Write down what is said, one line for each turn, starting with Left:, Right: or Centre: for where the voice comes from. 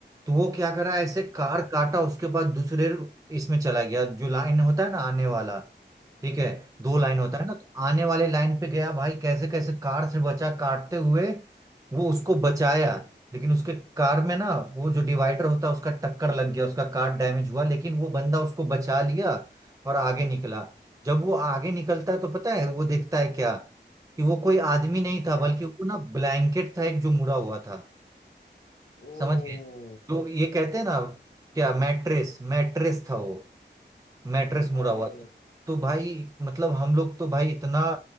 Right: तो वो क्या करा ऐसे
Left: हाँ
Right: कार
Left: हाँ
Right: काटा उसके बाद दूसरे इसमें चला गया जो लाइन होता है ना आने वाला ठीक है दो लाइन
Left: हाँ
Right: होता
Left: हाँ
Right: है ना तो आने वाले लाइन पे गया भाई कैसे कैसे कार से बचा काटते हुए वो उसको बचाया लेकिन उसके कार में ना वो जो डिवाइडर होता है उसका टक्कर लग गया उसका कार डैमेज हुआ लेकिन वो बंदा उसको बचा लिया और आगे निकला जब वो आगे निकलता है तो पता है वो देखता है क्या कि वो कोई आदमी नहीं था
Left: क्या
Right: बल्कि वो ना ब्लैंकेट था एक जो मुड़ा हुआ था
Left: ओ
Right: समझ गए जो ये कहते हैं ना क्या मैट्रेस मैट्रेस था वो मैट्रेस मुड़ा
Left: अरे
Right: हुआ था तो भाई मतलब हम लोग तो भाई इतना